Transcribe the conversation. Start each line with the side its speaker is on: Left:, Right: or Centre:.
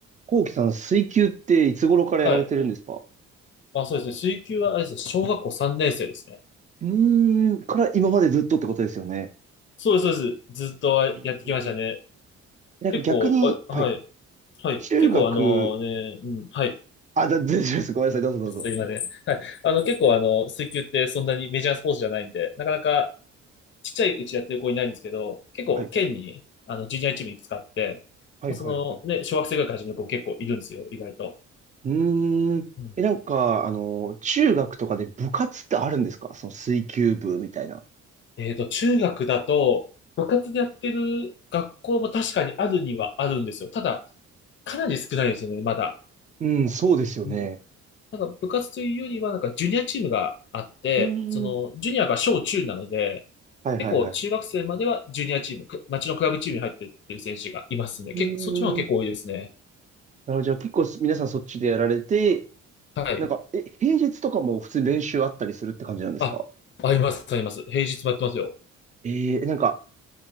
Right: こうきさん、水球っていつ頃からやられてるんですか
Left: はい。あ、そうですね。水球は、あれですね、小学校3年生ですね。
Right: うーん、から今までずっとってことですよね。
Left: そうです、そうです。ずっとやってきましたね。
Right: うんなんか逆に、
Left: 結構、あ、
Right: はい、
Left: はい、はい。
Right: 中学、
Left: 結構、あのね、うん、はい。
Right: あ、だ、大丈夫です。ごめんなさい。どうぞどうぞ。
Left: <laughs> ちょっと今ね、はい。あの、結構、あの、水球ってそんなにメジャースポーツじゃないんで、なかなかちっちゃいうちやってる子いないんですけど、結構、
Right: はい、
Left: 県に、あの、ジュニアチームいくつかあって、
Right: はい、
Left: まあ、
Right: はい、
Left: その、
Right: はい。
Left: ね、小学生ぐらいから始める子結構いるんですよ、意外と。
Right: うーん。
Left: うん。
Right: え、なんか、あの、中学とかで部活ってあるんですかその水球部みたいな。
Left: えっと、中学だと、部活でやってる学校も確かにあるにはあるんですよ。ただ、かなり少ないですよね、まだ。
Right: うん、そうですよね。
Left: うん。なんか部活というよりは、なんかジュニアチームがあって、
Right: うーん。
Left: その、ジュニアが小中なので、
Right: はい、
Left: 結構中学生まではジュニアチーム、
Right: はい、はい。
Left: く町のクラブチームに入ってっていう選手がいますね。
Right: うーん。
Left: 結構、そっちの方が結構多いですね。
Right: なるほど。じゃあ結構す皆さんそっちでやられて、
Left: はい。
Right: なんか、え、平日とかも普通に練習あったりするって感じなんですか
Left: あ、あります、あります。平日もやってますよ。
Right: えー、なんか、